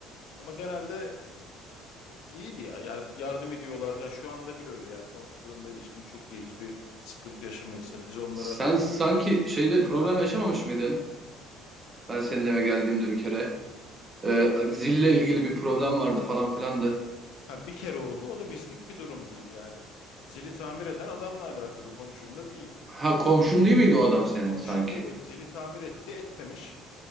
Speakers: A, on the left; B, on the right.
A: Ama genelde iyiydi ya. Yani yardım ediyorlar. Ya şu anda bile öyle. Yani komşularımla ilişkim çok iyi. Hiçbir sıkıntı yaşamayız. Hani biz onlara
B: Sen sanki şeyde problem yaşamamış mıydın? Ben senin eve geldiğimde bir kere. Ee, zille ilgili bir problem vardı falan filan da.
A: ha bir kere oldu. O da bizlik bir durum değil yani. Zili tamir eden adamla alakalı komşumla değil.
B: Ha komşun değil miydi o adam
A: O
B: senin
A: komşum
B: sanki?
A: değil. O zili tamir etti, etmemiş.